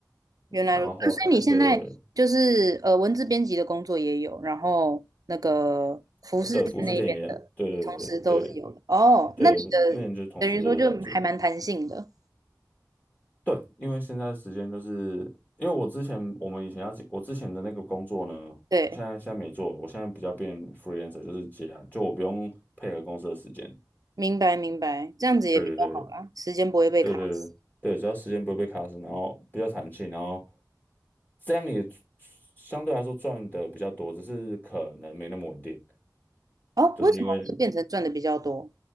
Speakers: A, on the right; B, on the left.
A: 原来如那所以你现在就是呃，
B: 然后后来，对对对，
A: 文字编辑的工作也有，然后那个服饰店那边的，
B: 哦对，服饰店也一样对对对
A: 同时都是有的。哦，
B: 对对，
A: 那你的等于说就还蛮弹性的。
B: 那年就同时都在做。对，因为现在时间就是，因为我之前我们以前要进我之前的那个工作呢，我现在现在没做了，
A: 对。
B: 我现在比较变 freelancer，就是接啊，就我不用配合公司的时间。
A: 明白明白，这样子也比较好啦，
B: 对对对
A: 时间不会被卡死。
B: 对对对对，只要时间不会被卡死，然后比较弹性，然后这样也相对来说赚的比较多，只是可能没那么稳定，
A: 哦，
B: 就是因为
A: 为什么会变成赚的比较多？